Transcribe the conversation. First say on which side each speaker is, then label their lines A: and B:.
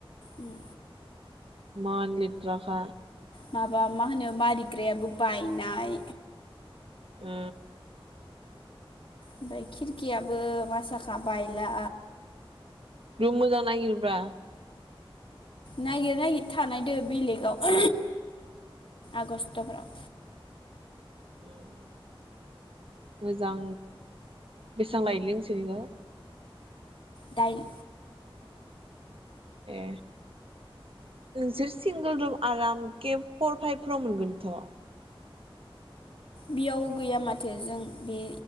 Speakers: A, on the left (about 65°); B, on the right (about 75°).
A: ओम
B: इमान लेथ्राखा
A: माबा मा होनो मारिग्रायाबो बायनाय।
B: ओ
A: ओमफ्राय खिरखियाबो मासाखा बायला
B: रुम मोजां नागिर‌ ब्रा।
A: नागिर नागिर थानायदो बेलेगाव आगस्टफ्राव
B: ओम मोजां। बेसां लायलै नोंसिनिखो?
A: दाइन
B: ए। नोंसोर सिंगोल रुम आराम के फर फाइभफोराव मोनगोनथ'
A: बेयाव गैया माथो जों बे